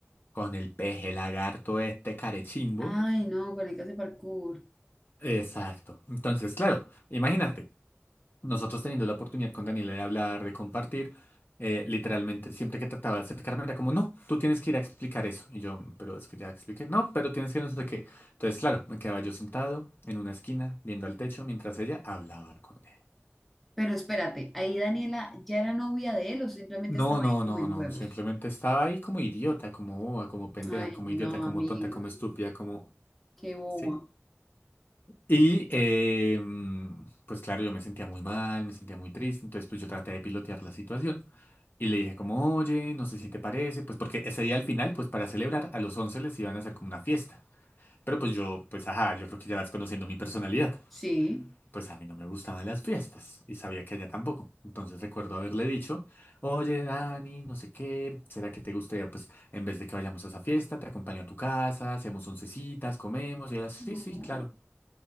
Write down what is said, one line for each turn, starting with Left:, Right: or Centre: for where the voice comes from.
Left: con el peje lagarto este carechimbo.
Centre: Ay, no, con el que hace parkour.
Left: Exacto, entonces claro, imagínate. nosotros teniendo la oportunidad con Daniela de hablar, de compartir, eh, literalmente siempre que trataba de acercarme era como, no, tú tienes que ir a explicar eso. Y yo, pero es que ya expliqué, no, pero tienes que no sé qué. Entonces, claro, me quedaba yo sentado en una esquina, viendo al techo, mientras ella hablaba con él.
Centre: Pero espérate, ahí Daniela ya era novia de él o simplemente
Left: No,
Centre: estaba
Left: no,
Centre: ahí como
Left: no,
Centre: en
Left: no,
Centre: juegos.
Left: simplemente estaba ahí como idiota, como boba, como pendeja,
Centre: Ay,
Left: como
Centre: no,
Left: idiota, como
Centre: amiga,
Left: tonta, como estúpida, como...
Centre: qué boba.
Left: ¿Sí? Y eh, pues claro, yo me sentía muy mal, me sentía muy triste, entonces pues yo traté de pilotear la situación. Y le dije como, oye, no sé si te parece, pues porque ese día al final, pues para celebrar, a los 11 les iban a hacer como una fiesta. Pero pues yo, pues ajá, yo creo que ya vas conociendo mi personalidad.
Centre: Sí.
Left: Pues a mí no me gustaban las fiestas y sabía que a ella tampoco. Entonces recuerdo haberle dicho, oye, Dani, no sé qué, ¿será que te gustaría, pues en vez de que vayamos a esa fiesta, te acompaño a tu casa, hacemos oncecitas, comemos? Y ella, sí,
Centre: No,
Left: sí, claro.